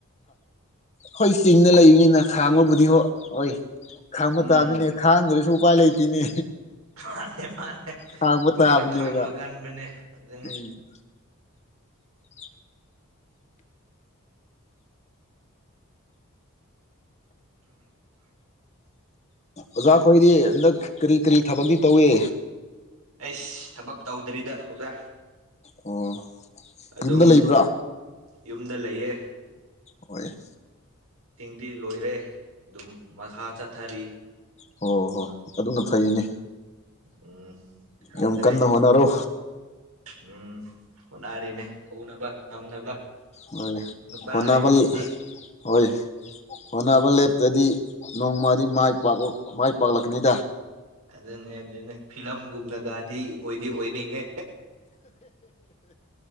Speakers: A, on the left; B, on the right.
A: ꯍꯣꯏ ꯆꯤꯡꯅ ꯂꯩꯕꯅꯤꯅ ꯈꯥꯡꯉꯕꯨꯗꯤ ꯍꯣ ꯍꯣꯏ ꯈꯥꯡꯕ
B: ꯎꯝ
A: ꯇꯥꯕꯗꯅꯤꯅꯦ ꯈꯥꯡꯗ꯭ꯔꯁꯨ ꯎꯄꯥꯏ ꯂꯩꯇꯦꯅꯦ
B: ꯃꯥꯅꯦ ꯃꯥꯅꯦ
A: ꯈꯥꯡꯕ
B: ꯂꯣꯏꯅ
A: ꯇꯥꯕꯅꯦꯕ
B: ꯈꯥꯡꯕ ꯀꯟꯕꯅꯦ ꯑꯗꯨꯅꯤ
A: ꯎꯝ <inaudible> ꯑꯣꯖꯥꯈꯣꯏꯗꯤ ꯍꯟꯗꯛ ꯀꯔꯤ ꯀꯔꯤ ꯊꯕꯛꯇꯤ ꯇꯧꯏ
B: ꯑꯩꯁ ꯊꯕꯛ ꯇꯧꯗ꯭ꯔꯤꯗ ꯑꯣꯖꯥ
A: ꯑꯣ
B: ꯑꯗꯨꯝ
A: ꯌꯨꯝꯗ ꯂꯩꯕ꯭ꯔꯥ
B: ꯌꯨꯝꯗ ꯂꯩꯌꯦ
A: ꯍꯣꯢꯌꯦ
B: ꯗꯤ ꯂꯣꯏꯔꯦ ꯑꯗꯨꯝ ꯃꯈꯥ ꯆꯠꯊꯔꯤ
A: ꯍꯣꯏ ꯍꯣ ꯍꯣꯏ ꯑꯗꯨꯅ ꯐꯩꯅꯦ
B: ꯎꯝ ꯈꯪꯗ꯭ꯔꯦ
A: ꯌꯥꯝ ꯀꯟꯅ ꯍꯣꯠꯅꯔꯣ
B: ꯎꯝ ꯍꯣꯠꯅꯔꯤꯅꯦ ꯇꯧꯅꯕ ꯉꯝꯅꯕ
A: ꯍꯣꯏ
B: ꯅꯨꯄꯥ
A: ꯍꯣꯠꯅꯕ
B: ꯍꯥꯏꯕꯁꯤꯗꯤ
A: ꯍꯣꯏ ꯍꯣꯠꯅꯕ ꯂꯦꯞꯇꯔꯗꯤ ꯅꯣꯡꯃꯗꯤ ꯄꯥꯛ ꯃꯥꯏ ꯄꯥꯛꯂꯛꯀꯅꯤꯗ
B: ꯑꯗꯨꯅꯦ ꯑꯗꯨꯅꯦ ꯐꯤꯂꯝꯒꯨꯝꯅꯒꯗꯤ ꯑꯣꯏꯗꯤ ꯑꯣꯏꯅꯤꯡꯉꯦ